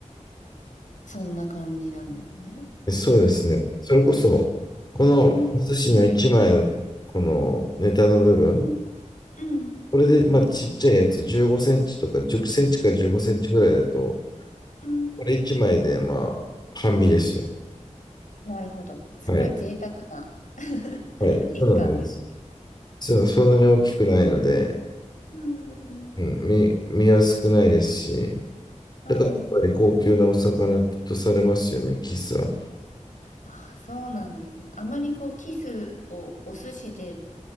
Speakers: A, on the left; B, on the left.
A: そんな感じなんですね。
B: そうですね。それこそ、このお寿司の1枚のこのネタの部分、
A: うん、うん、うん、
B: これで、まあ、ちっちゃいやつ、15センチとか、10センチから15センチぐらいだと、
A: うん。
B: これ1枚で、まあ、半身ですよ。
A: なるほど。すごい贅沢な
B: はい。
A: <laughs>
B: はい。そうなんです。
A: 一貫ですね。
B: そう、そんなに大きくないので、
A: うんうんうん。
B: うん、身、身は少ないですし、
A: はい。
B: だからやっぱり高級なお魚とされますよね、キスは。
A: あ、そうなんですね。あまりこう、キスをお寿司で